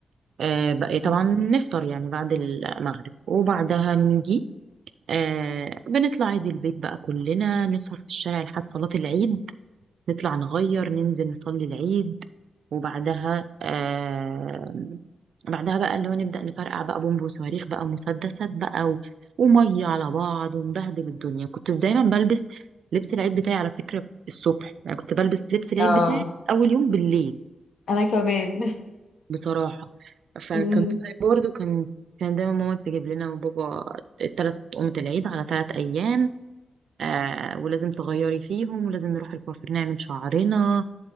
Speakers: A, on the right; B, on the left.
A: آه، بقى إيه،
B: مم.
A: طبعا نفطر يعني بعد المغرب وبعدها نيجي آه، بنطلع عادي البيت بقى كلنا نسهر في الشارع لحد صلاة العيد نطلع نغير ننزل نصلي العيد وبعدها آه بعدها بقى اللي هو نبدأ نفرقع بقى بومب وصواريخ بقى ومسدسات بقى و... ومية على بعض ونبهدل الدنيا كنت دايما بلبس لبس العيد بتاعي على فكرة الصبح يعني كنت بلبس لبس العيد
B: اه
A: بتاعي أول يوم بالليل
B: انا كمان
A: بصراحة فكنت
B: <laughs> مم.
A: برضه كان كان دايما ماما تجيب لنا وبابا تلات قومة العيد على تلات أيام آه ولازم تغيري فيهم ولازم نروح الكوافير نعمل شعرنا